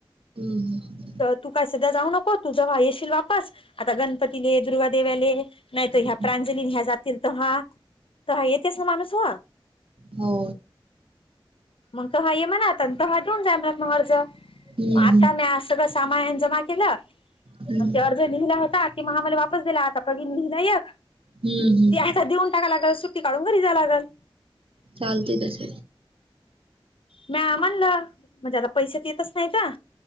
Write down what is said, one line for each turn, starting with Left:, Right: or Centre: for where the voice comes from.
Right: हम्म हम
Left: तर तू काय सध्या जाऊ नको तू जेव्हा येशील वापस आता गणपतीले दुर्गादेव्याले नाही तर ह्या
Right: हम्म
Left: प्रांजली अण ह्या जातील तेव्हा तेव्हा येतेस ना माणसूव.
Right: हो
Left: मग तेव्हा ये म्हण आता तेव्हा घेऊन जा मग मज
Right: हम्म
Left: आता
Right: हम्म
Left: मी असं कस तमा एन जमा केलं
Right: हम्म
Left: <unintelligible> लिहिला होता ते मला म्हणले वापस दिला आता <unintelligible> लहिलं यक
Right: हम्म हम्म
Left: ते आता देऊन <unintelligible> सुट्टी काढून घरी जावं लागल.
Right: चालतय तस.
Left: मी आ म्हणलं म्हणजे आता पैशात येतच नाहीता